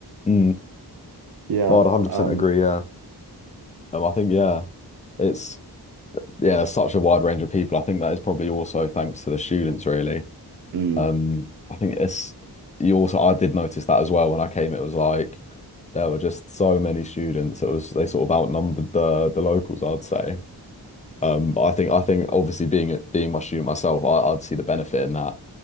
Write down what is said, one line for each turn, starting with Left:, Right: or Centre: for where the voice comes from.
Left: Mm.
Right: Yeah.
Left: No, I'd 100%
Right: Um
Left: agree. Yeah. Um, I think, yeah, it's, yeah, there's such a wide range of people. I think that is probably also thanks to the students, really.
Right: mm.
Left: Um, I think it's, you also, I did notice that as well when I came. It was like, there were just so many students. It was, they sort of outnumbered the, the locals, I'd say. Um, but I think, I think obviously being, being my student myself, I, I'd see the benefit in that.